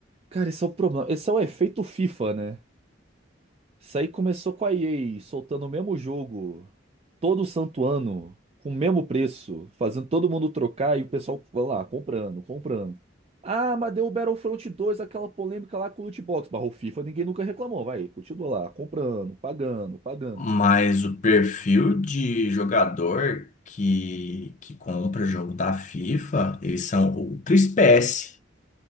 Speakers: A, on the right (about 35°); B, on the left (about 40°).
A: Cara, esse é o problema, esse é o efeito FIFA, né? Isso aí começou com a EA soltando o mesmo jogo todo santo ano, com o mesmo preço, fazendo todo mundo trocar e o pessoal vai lá, comprando, comprando. Ah, mas deu o Battlefront dois aquela polêmica lá com o loot box, barrou FIFA, ninguém nunca reclamou, vai, continua lá, comprando, pagando, pagando.
B: Mas o perfil de jogador que, que compra jogo da FIFA, eles são outra espécie.